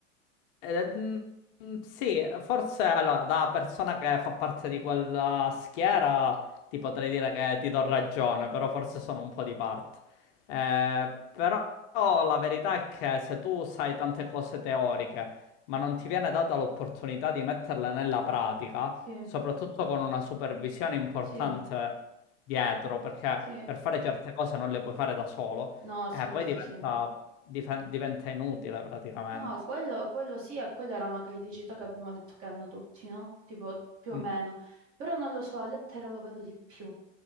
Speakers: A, on the left (about 50°); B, on the right (about 35°).
A: Eh, mm, mm, sì, forse allora, da persona che fa parte di quella schiera ti potrei dire che ti do ragione, però forse sono un po' di parte. Eh, però la verità è che se tu sai tante cose teoriche, ma non ti viene data l'opportunità di metterle nella pratica,
B: Sì,
A: soprattutto con una supervisione importante
B: sì,
A: dietro, perché
B: sì.
A: per fare certe cose non le puoi fare da solo,
B: No,
A: eh,
B: sì,
A: poi
B: questo
A: diventa,
B: sì.
A: difen- diventa inutile praticamente.
B: No, quello, quello sì, e quella era una criticità che abbiamo detto che hanno tutti, no? Tipo, più
A: Mm.
B: o meno. Però non lo so, a lettere lo vedo di più,